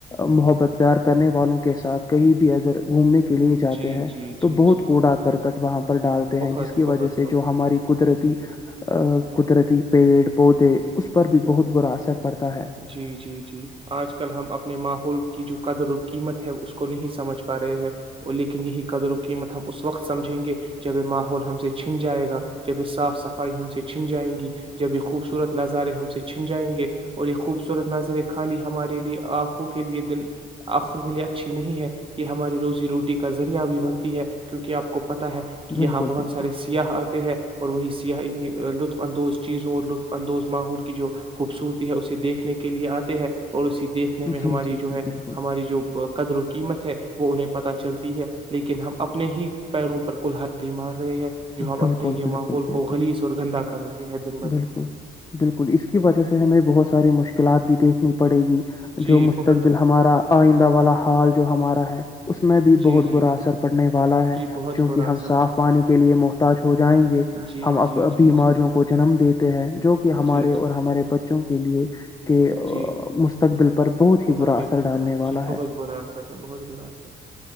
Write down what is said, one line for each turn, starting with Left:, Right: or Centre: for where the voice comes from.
Left: محبت پیار کرنے والوں کے ساتھ کہیں بھی اگر گھومنے کے لیے جاتے
Right: جی
Left: ہیں
Right: جی
Left: تو
Right: جی
Left: بہت
Right: جی
Left: کوڑا کرکٹ وہاں پر ڈالتے
Right: بہت
Left: ہیں جس کی
Right: بہت
Left: وجہ سے جو ہماری قدرتی قدرتی پیڑ پودے پر بھی بہت برا اثر پڑتا ہے
Right: جی جی جی آج کل ہم اپنے ماحول کی جو قدر اور قیمت ہے اس کو نہیں سمجھ پا رہے ہیں اور لیکن یہی قدر و قیمت ہم اس وقت سمجھیں گے جب ماحول ہم سے چھن جائے گا جب صاف صفائی ہم سے چھن جائیں گی جب یہ خوبصورت نظارے ہم سے چھن جائیں گے اور یہ خوبصورت نظارے خالی ہمارے لیے آنکھوں کے لیے دن آنکھوں کے لیے اچھی نہیں ہے یہ ہماری روزی روٹی کا ذریعہ بھی بنتی ہے کیونک آپ کو پتا ہے کہ یہاں
Left: بالکل
Right: بہت
Left: بالکل
Right: سارے سیاح آتے ہیں اور وہی سیاح لطف اندوز چیزوں اور لطف اندوز ماحول کی جو خوبصورتی ہے اسے دیکھنے کے لیے آتے ہے اور اسی دیکھنے میں ہماری
Left: جی جی جی
Right: جو ہے
Left: بالکل
Right: ہماری جو قدر و قیمت ہے وہ انہیں پتا چلتا ہے لیکن ہم اپنے ہی پیروں پر کلہاری مار رہے ہیں جو ہم
Left: بالکل
Right: اپنے یہ
Left: بالکل
Right: ماحول
Left: بالکل
Right: کو گلیش اور گندا کر رہے ہیں دن بدن
Left: بالکل بالکل اس کی وجہ سے بہت ساری مشکلات بھی دیکھنی پڑے گی
Right: جی
Left: جو مستقبل
Right: بہت
Left: ہمارا آئندہ والا حال جو ہمارا ہے اس میں بھی
Right: جی
Left: بہت
Right: جی
Left: برا اثر پڑنے والا ہے
Right: جی بہت
Left: چونکہ
Right: برا اثر
Left: ہم صاف پانی کے لیے محتاج ہو جائیں گے
Right: پڑا۔ جی
Left: ہم
Right: جی جی
Left: بیماریوں کو جنم دیتے ہیں جو کہ ہمارے
Right: جی
Left: اور ہمارے بچوں کے لیے کہ
Right: جی
Left: مستقبل پر
Right: بہت
Left: برا اثر
Right: ہی
Left: ڈالنے والا
Right: جی
Left: ہے
Right: بہت برا اثر ہے بہت برا اثر